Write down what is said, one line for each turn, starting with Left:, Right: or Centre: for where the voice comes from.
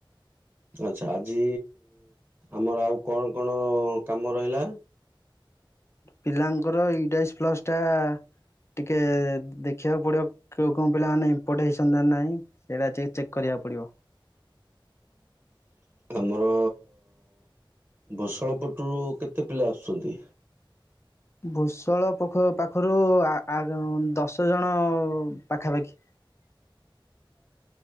Right: ଆଛା ଆଜି ଆମର ଆଉ କଣ କଣ କାମ ରହିଲା?
Left: ପିଲାଙ୍କର ଇଡାଇଶ ପ୍ଲସ ଟା। ଟିକେ ଦେଖିବାକୁ ପଡିବ କେଉ କେଉ ପିଲାମାନେ ଇପୋର୍ଟ ହେଇଚନ ନା ନାଇଁ ଏରା ଚେକ୍ ଚେକ୍‌ କରିବା ପଡ଼ିବ।
Right: ଆ ଆମର ଭୂଷଳପଟରୁ କେତେ ପିଲା ଆସୁଚନ୍ତି?
Left: ଭୂସଳ ପୋଖ ପାଖରୁ ଆ ଆ ଦଶ ଜଣ ପାଖାପାଖି।
Right: <unintelligible>